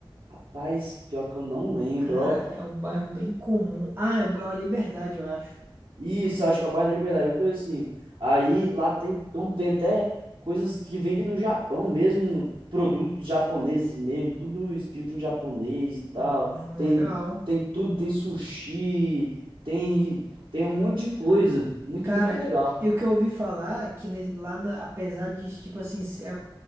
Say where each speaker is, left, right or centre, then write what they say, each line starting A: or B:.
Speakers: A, on the right (about 70°); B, on the right (about 25°).
A: Rapaz, pior que eu não lembro,
B: Cara,
A: ó.
B: é um bairro bem comum. Ah, é o- é a Liberdade, eu acho.
A: Isso, eu acho que é o bairro da Liberdade, alguma coisa assim. Aí lá tem tudo, tem até coisas que vendem no Japão mesmo, produtos japoneses mesmo, tudo escrito em japonês e tal.
B: Hum, legal.
A: Tem, tem tudo, tem sushi, tem, tem um monte de coisa. Muito,
B: Cara,
A: muito legal.
B: e o que eu ouvi falar é que ne- lá, na- apesar de, tipo assim, ser a,